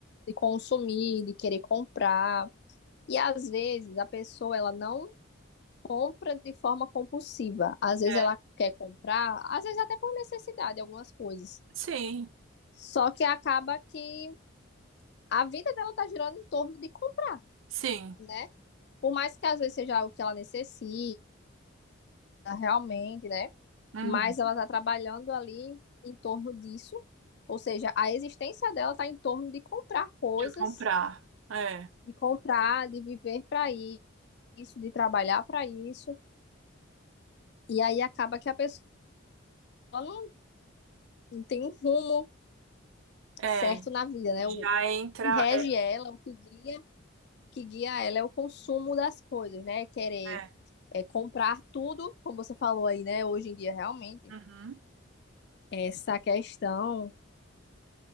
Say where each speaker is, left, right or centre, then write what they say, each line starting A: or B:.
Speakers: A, on the left (about 55°); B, on the right (about 75°).
A: de consumir, de querer comprar. E às vezes a pessoa ela não compra de forma compulsiva. Às vezes
B: É.
A: ela quer comprar, às vezes até por necessidade, algumas coisas.
B: Sim.
A: Só que acaba que a vida dela tá girando em torno de comprar,
B: Sim.
A: né? Por mais que às vezes seja algo que ela necessita realmente, né?
B: Uhum.
A: mas ela está trabalhando ali em, em torno disso, ou seja, a existência dela está em torno de comprar coisas,
B: De comprar. É.
A: de comprar, de viver para isso, de trabalhar para isso, e aí acaba que a pessoa não, não tem um rumo
B: É.
A: certo na vida, né?
B: Já
A: O
B: entra.
A: que rege
B: É.
A: ela, o que guia, o que guia ela é o consumo das coisas, né? Querer
B: é.
A: é, comprar tudo, como você falou aí, né? Hoje em dia, realmente,
B: Uhum.
A: essa questão